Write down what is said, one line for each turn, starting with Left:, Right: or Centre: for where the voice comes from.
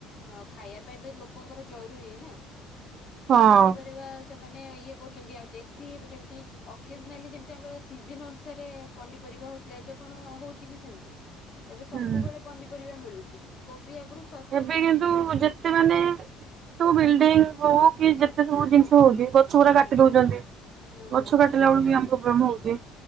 Left: ହଁ ଖାଇବା ପାଇଁତ ଲୋକଙ୍କର ଜରୁରୀ ନା
Right: ହଁ
Left: ତ ପନିପରିବା ତେମାନେ ଇଏ କରୁଚନ୍ତି ଆଉ ଦେଶ୍ ସିବ୍ ଯେମ୍ତି ଅକେଜ୍ନାଲି ଯେମ୍ତି ଆମର ସିଜିନ୍ ଅନୁସାରେ ପନିପରିବା ହଉଥିଲା। ଏବେ କଣ ହଉଚିକି ସେମ୍ତି? ଏବେ
Right: ହୁଁ
Left: ସବୁବେଳେ ପନିପରିବା ମିଳୁଚୀ କୋବି ଆଗୁରୁ
Right: ଏବେ କିନ୍ତୁ ଯେତ୍ ସେମାନେ <inaudible> ସବୁ ବିଲ୍ଡିଙ୍ଗ୍ ହଉ କି ଯେତେ ସବୁ ଜିନିଷ ହଉଚି ଗୋ ପୁରା କାଟି
Left: ଆଜ୍ଞା
Right: ଦଉଚନ୍ତି।
Left: ହଁ
Right: ଗଛ କାଟିଲା ବେଳୁ ବି ଆମ <unintelligible> ପ୍ରମ ହଉଛି